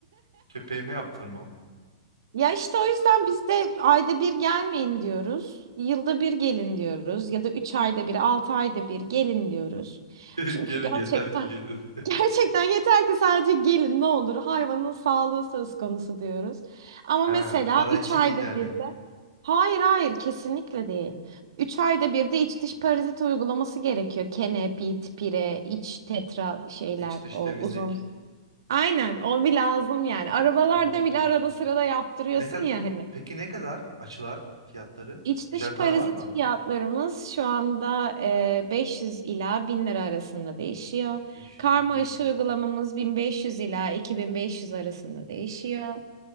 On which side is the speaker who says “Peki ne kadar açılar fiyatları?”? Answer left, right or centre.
Right